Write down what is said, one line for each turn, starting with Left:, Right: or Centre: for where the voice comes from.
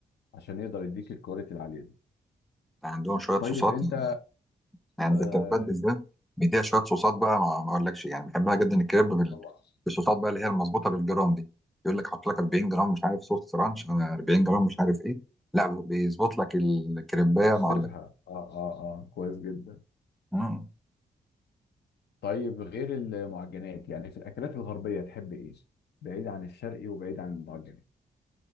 Left: عشان يقدر يديك الكواليتي العاليه دي
Centre: يعني عندهم شويه
Left: طيب
Centre: صوصات
Left: انت
Centre: يعني يعني
Left: آه،
Centre: الكريبات بالذات بيديها شويه صوصات بقى ما ما اقولكش يعني بحبها جدا الكريب بال-
Left: طبعا
Centre: بالصوصات بقى اللي هي المظبوطه بالجرام دي يقول لك حط لك 40 جرام مش عارف صوص رانش على 40 جرام مش عارف ايه لا بيظبط لك الكريبايه
Left: حاسبها
Centre: ما اقولك
Left: اه اه اه كويس جدا
Centre: مم.
Left: طيب غير المعجنات يعني في الاكلات الغربيه تحب ايه بعيد عن الشرقي وبعيد عن المعجنات